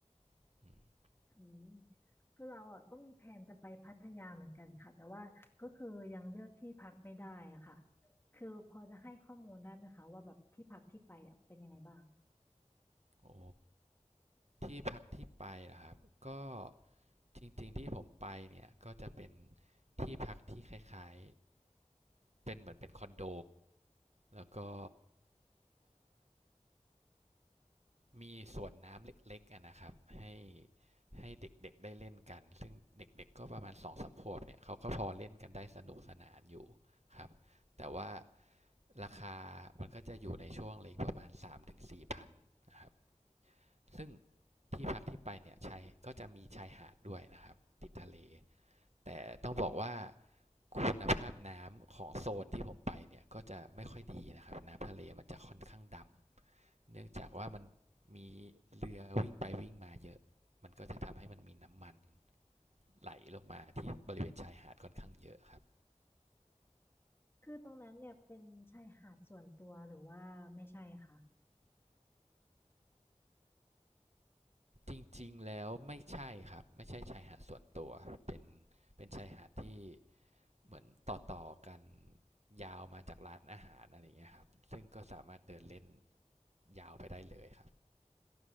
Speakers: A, on the right (about 60°); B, on the left (about 20°).
A: อ
B: อืมคือเราอ่ะก็มีแผนจะไปพัทยาเหมือนกันค่ะแต่ว่าก็คือยังเลือกที่พักไม่ได้อะค่ะคือพอจะให้ข้อมูลได้ไหมคะว่าแบบที่พักที่ไปเนี่ยเป็นยังไงบ้าง
A: โอ้ที่พักที่ไปนะครับก็จริงๆที่ผมไปเนี่ยก็จะเป็นที่พักที่คล้ายๆเป็นเหมือนเป็นคอนโดแล้วก็มีสวนน้ำเล็กๆนะครับให้ให้เด็กๆได้เล่นกันซึ่งเด็กๆก็ประมาณสองถึงสามขวบเนี่ยเขาก็พอเล่นกันได้สนุกสนานอยู่ครับแต่ว่า ราคามันก็จะอยู่ในช่วงเลงประมาณ3มถึงสี่พันนะครับซึ่งที่พักที่ไปเนี่ยชายก็จะมีชายหาดด้วยนะครับติดทะเลแต่ต้องบอกว่าคุณภาพน้ำของโซนที่ผมไปเนี่ยก็จะไม่ค่อยดีนะครับน้ำทะเลมันจะค่อนข้างดำเนื่องจากว่ามันมีเรือวิ่งไปวิ่งมาเยอะมันก็จะทำให้มันมีน้ำมันไหลลงมาที่บริเวณชายหาดค่อนข้างเยอะครับ
B: คือตรงนั้นเนี่ยเป็นชายหาดส่วนตัวหรือว่าไม่ใช่คะ
A: จริงๆ แล้วไม่ใช่ครับ ไม่ใช่ชายหาดส่วนตัว เป็นเป็นชายหาดที่เหมือนต่อๆกันยาวมาจากร้านอาหารอะไรอย่างเงี้ยครับซึ่งก็สามารถเดินเล่นยาวไปได้เลยครับ